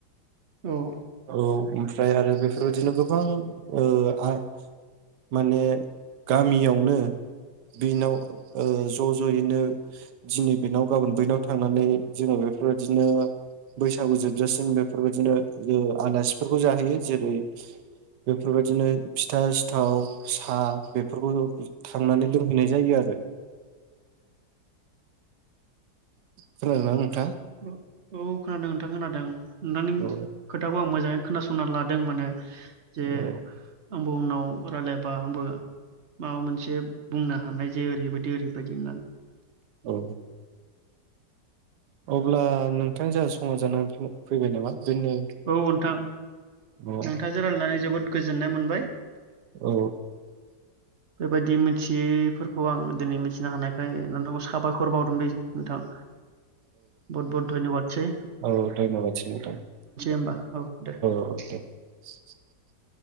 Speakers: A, on the right (about 45°); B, on the right (about 75°).
A: औ।
B: औ ओमफ्राय आरो बेफोरबायदिनो गोबां ओ आ माने गामियावनो बेनाव ओ ज' ज'यैनो दिनै बेनाव गाबोन बैनाव थांनानै जोंङो बेफोरबायदिनो बैसागु जोबजासिम बेफोरबायदिनो ओ आलासिफोरखौ जाहैयो। जेरै बेफोरबायदिनो फिथा सिथाव साहा बेफोरखौ थांनानै लोंहैनाय जायो आरो। खोनादोंना नोंथां?
A: उम औ खोनादों नोंथां खोनादों। नोंथांनि
B: औ
A: खोथाखौ आं मोजांङै खोनासंना लादों माने। जे
B: औ
A: <unintelligible> उनाव रायलायबा आंबो माबा मोनसे बुंनो हानाय जायो ओरैबायदि ओरैबायदि होननानै।
B: औ। अब्ला नोंथां जोंहा समाज जानानै फैबाय नामा? दोननो
A: औ नोंथां
B: अ
A: नोंथाजो रायलायनानै जोबोद गोजोननाय मोनबाय।
B: औ।
A: बायदि मिथियैफोरखौ आं दिनै मिथिनो हानायखाय नोंथांखौ साबायखर बावदों दे नोंथां। बहुत बहुत धन्यबादसै
B: औ औ धयन'बादसै नोंथां।
A: होनबा औ दे ।
B: औ दे। <inaudible>